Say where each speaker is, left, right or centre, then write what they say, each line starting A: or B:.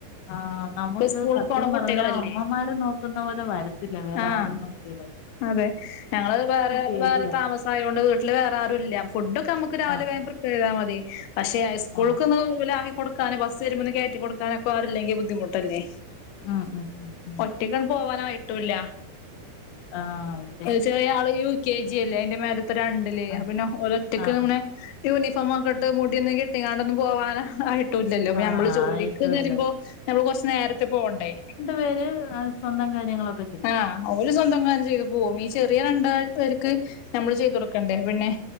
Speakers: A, on the left; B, on the left.
A: ആ് നമുക്ക്
B: ഇപ്പൊ സ്കൂളിൽ
A: സത്യം
B: പോണ
A: പറഞ്ഞാ
B: കുട്ടികളല്ലേ
A: അമ്മമാര് നോക്കുന്ന പോലെ വരത്തില്ല വേറെ
B: ആഹ്
A: ആരും നോക്കിയ
B: അതെ ഞങ്ങള് വേറെ
A: പേടിയാ
B: വേറെ താമസയതോണ്ട് വീട്ടില് വേറെ ആറും ഇല്ല ഫുഡ്ഒക്കെ നമുക്ക് രാവിലെ
A: ആഹ്
B: പ്രിപ് <unintelligible> ചെയ്ത മതി പക്ഷെ സ്കൂളക്കന്ന്
A: ആഹ്
B: <unintelligible> കൊടുകാന് ബസ് വരുമ്പോ കേറ്റി കൊടുക്കാനൊരാളിലെക്കെെങ്കിൽ ബുദ്ധിമുട്ടല്ലേ
A: ഉം ഉം ഉം ഉം
B: ഒറ്റക് പോവാനായിട്ടൂില്ല
A: ആഹ് ഓ
B: ചെറിയ ആള് യു കെ ജില്ലേ അതിന്റെ മേലത്തെ രണ്ടില്
A: ആഹ്
B: അ പിന്നെ ഒരറ്റക്ക്
A: ആഹ്
B: നമ്മെ യൂണിഫോം ഒക്കെ ഇട്ട് മുടിയൊന്ന് കെട്ടിക്കാണ്ടൊന്ന് പോകാനൻ ആയിട്ട് ട്ടല്ലല്ലോ
A: ആഹ്
B: നമ്മള് ജോലിക്ക്ന്ന്
A: അറിയത്തൂല്ല
B: വരുമ്പോ നമ്മള് കൊറച്ച് നേരത്തെ പോവണ്ടേ
A: വേ <unintelligible> സ്വന്തം കാരിയളൊക്ക
B: ആഹ് ഓല് സ്വന്തം ക ചെയ്ത് പോവും ഈ ചെറിയ രണ്ടാൾ അവർക്ക് നമ്മള് ചെയ്തുകൊടുക്കണ്ടേ പിന്നെ